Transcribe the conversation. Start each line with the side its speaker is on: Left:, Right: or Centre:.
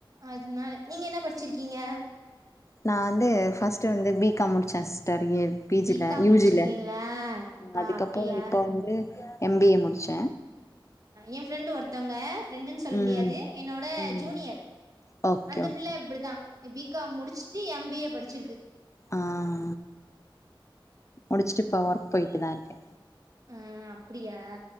Right: அதுனால நீங்க என்ன படிச்சிர்க்கீங்க
Left: நா வந்து ஃபஸ்ட்டு வந்து பிகாம் முடிச்ச ஸ்டர் ஏழ் பிஜில
Right: பி காம்
Left: யூஜில
Right: முடிச்சிருக்கீங்களா ஆ
Left: அதுக்கப்புறம்
Right: அப்டியா
Left: இப்போ வந்து எம்பிஏ முடிச்ச
Right: என் ஃப்ரெண்டு ஒருத்தவுங்க ஃப்ரெண்டுன்னு சொல்ல
Left: ம்
Right: முடியாது என்னோட
Left: ம்
Right: ஜூனியர்
Left: ஓகே
Right: அந்த
Left: ஓகே
Right: பிள்ள இப்படிதான் பி காம் முடிச்சுட்டு எம்பிஏ படிச்சிருக்கு
Left: ஆ ஆ முடிச்சிட்டு இப்போ ஒர்க் போயிட்டு தா இருக்கே
Right: ஆ அப்படியா